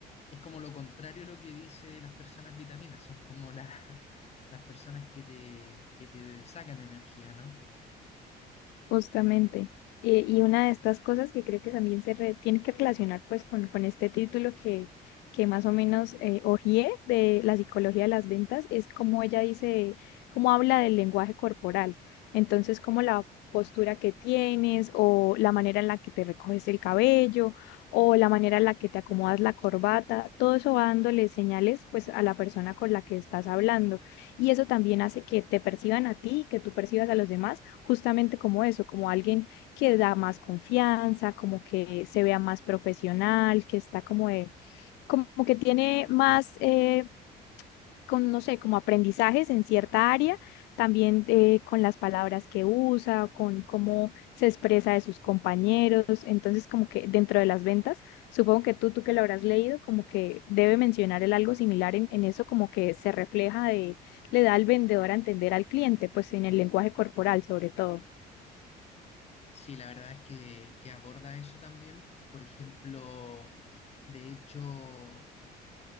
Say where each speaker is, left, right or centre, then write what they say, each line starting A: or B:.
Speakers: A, on the left; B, on the left.
A: Es como lo contrario a lo que dice las personas vitaminas, son como la- <laughs> las personas que te, que te sacan energía, ¿no?
B: Justamente. Eh, y una de estas cosas que creo que también se re- tiene que relacionar pues con, con este título que, que más o menos eh, hojeé de la psicología de las ventas es como ella dice, cómo habla del lenguaje corporal. Entonces, como la postura que tienes o la manera en la que te recoges el cabello o la manera en la que te acomodas la corbata, todo eso va dándole señales pues a la persona con la que estás hablando. Y eso también hace que te perciban a ti, que tú percibas a los demás justamente como eso, como alguien que da más confianza, como que se vea más profesional, que está como de, como que tiene más, eh, con, no sé, como aprendizajes en cierta área, también eh, con las palabras que usa, con cómo se expresa de sus compañeros. Entonces, como que dentro de las ventas, supongo que tú, tú que lo habrás leído, como que debe mencionar el algo similar en, en eso, como que se refleja de, le da al vendedor a entender al cliente, pues en el lenguaje corporal sobre todo.
A: Sí, la verdad es que, que aborda eso también. Por ejemplo, de hecho,